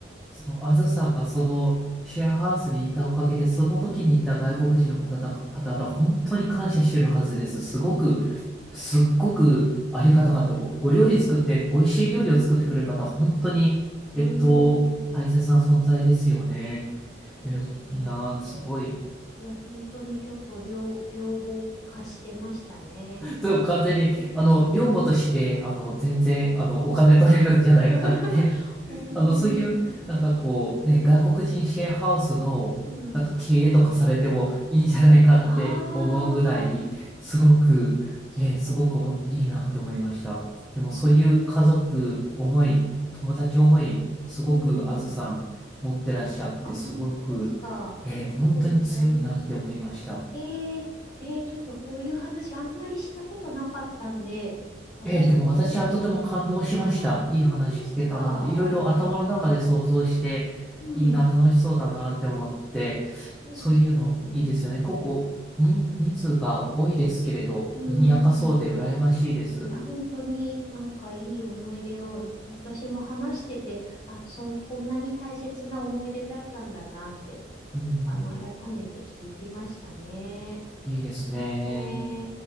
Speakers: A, in the centre; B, on the left (about 20°).
A: その、あずさんがその、シェアハウスに行ったおかげで、その時にいた外国人の方々、
B: うん、
A: 方々、本当に感謝してるはずです。すごくすっごくありがたかった。ご、ご料理作って、美味しい料理を作ってくれる方、本当に、
B: うーん、
A: えっと、大切な存在ですよね。
B: あ、本当ですね。
A: え、いいなぁ、
B: ちょっと、
A: すごい。
B: いや、本当にちょっと両、両方貸してましたね。
A: そう、完全に、あの、寮母として、あの、全然、あの、お金取れるんじゃないかって
B: <laughs> 本当に。
A: あの、そういう、なんかこう、ね、外国人シェアハウスの、
B: うん。
A: なんか経営とかされてもいいんじゃないかって思うぐらい、
B: ああ、
A: すごく、
B: 確かに。
A: えーすごくおもいいなって思いました。でもそういう家族思い、
B: いや
A: 友達思い、すごくあずさん持ってらっしゃって、
B: うん。あ、
A: すごく、
B: 本当ですか。ありがとうございます。
A: えー本当に強いなって思いました。
B: えー、えーちょっとこういう話あんまりしたことなかったんで、私もこう、
A: ええ、でも私はとても感動しました。
B: あ、
A: いい話聞けたなって、
B: 本当ですか。
A: いろいろ頭の中で想像して、
B: うん。
A: いいな、楽しそうだなって思って、
B: そうですね。
A: そういうのいいですよね。ここ、人、人数が多いですけれど、
B: うん。
A: 賑やかそうで羨ましいです。
B: いや本当になんかいい思い出を私も話してて、あ、そん、こんなに大切な思い出だったんだなって、
A: うんうん、
B: あの、改めて気づきましたね。
A: いいですね。
B: ね